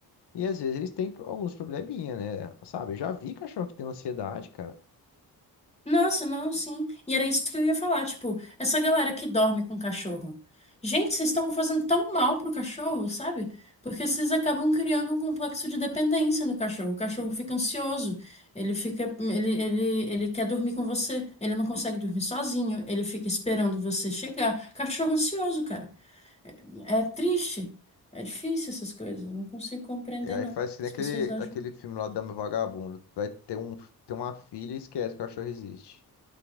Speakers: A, on the left; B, on the left.
A: E às vezes eles têm alguns probleminha, né? Sabe? Eu já vi cachorro que tem ansiedade, cara.
B: Nossa, não, sim. E era isso que eu ia falar, tipo, essa galera que dorme com cachorro. Gente, vocês estão fazendo tão mal pro cachorro, sabe? Porque vocês acabam criando um complexo de dependência no cachorro. O cachorro fica ansioso, ele fica, ele, ele, ele quer dormir com você, ele não consegue dormir sozinho, ele fica esperando você chegar. Cachorro ansioso, cara. É triste. É difícil essas coisas, eu não consigo compreender,
A: E aí
B: não.
A: faz que nem
B: As
A: aquele,
B: pessoas acham.
A: aquele filme lá da Dama e o Vagabundo. Vai ter, um, ter uma filha e esquece que o cachorro existe.